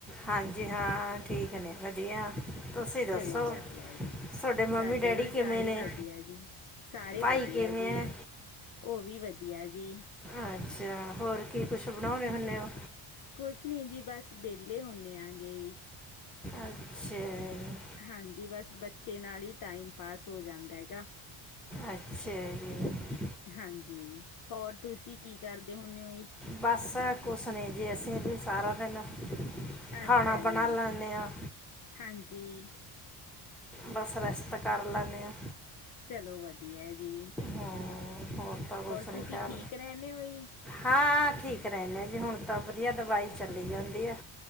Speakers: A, in the centre; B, on the left.
A: ਹਾਂਜੀ ਹਾਂ ਠੀਕ ਨੇ ਵਧੀਆ। ਤੁਸੀਂ ਦੱਸੋ
B: ਚਲੋ ਵਧੀਆ ਜੀ
A: ਤੁਹਾਡੇ ਮੰਮੀ
B: ਸਾਡੇ
A: ਡੈਡੀ
B: ਵੀ ਸਾਰੇ
A: ਕਿਵੇਂ ਨੇ
B: ਵਧੀਆ ਜੀ ਸਾਰੇ
A: ਭਾਈ
B: ਵਧੀਆ
A: ਕਿਵੇਂ
B: ਜੀ
A: ਹੈ
B: ਉਹ ਵੀ ਵਧੀਆ। ਦਆ ਜੀ।
A: ਅੱਛਾ ਹੋਰ ਕੀ ਕੁਛ ਬਣਾਉਣੇ ਹੁੰਦੇ ਹੋ।
B: ਕੁਛ ਨਹੀਂ ਜੀ ਬਸ ਵਿਹਲੇ ਹੁੰਦੇੇ ਆ ਗਈ।
A: ਅੱਛਾ ਜੀ,
B: ਹਾਂਜੀ ਬਸ ਬੱਚੇ ਨਾਲ ਹੀ ਟਾਈਮ ਪਾਸ ਹੋ ਜਾਂਦਾ ਹੈਗਾ।
A: ਅੱਛਾ ਜੀ।
B: ਹਾਂਜੀ ਹੋਰ ਤੁਸੀਂ ਕੀ ਕਰਦੇ ਹੁੰਦੇ ਹੋ ਜੀ।
A: ਬਸ ਕੁਛ ਨੇ ਜੀ ਅਸੀਂ ਵੀ ਸਾਰਾ ਦਿਨ
B: ਅੱਛਾ
A: ਖਾਣਾ ਬਣਾ
B: ਜੀ
A: ਲੈਂਦੇ ਹਾਂ
B: ਹਾਂਜੀ।
A: ਬਸ ਰੈਸਟ ਕਰ ਲੈਂਦੇ ਆਂ।
B: ਚਲੋ ਵਧੀਆ ਜੀ।
A: ਹਾਂ ਹੋਰ ਤਾਂ ਸੁ
B: ਤੁਸੀਂ
A: ਨ ਕ
B: ਠੀਕ ਰਹਿੰਦੇ ਹੋ ਜੀ
A: ਹਾਂ। <unintelligible> ਠੀਕ ਰਹਿੰਦੇ ਜੀ ਹੁਣ ਤਾਂ ਵਧੀਆ ਦਵਾਈ ਚੱਲੀ ਜਾਂਦੀ ਆ।